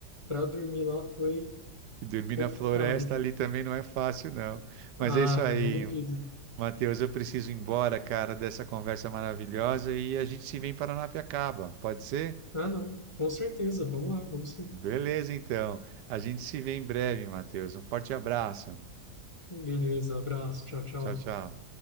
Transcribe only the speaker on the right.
E Dormir
na floresta ali também não é fácil, não. Mas
é isso aí,
Matheus. Eu preciso ir embora, cara, dessa conversa maravilhosa e a gente se vê em Paranapiacaba, pode ser?
Beleza, então. A gente se vê em breve, Matheus. Um forte abraço.
Tchau, tchau.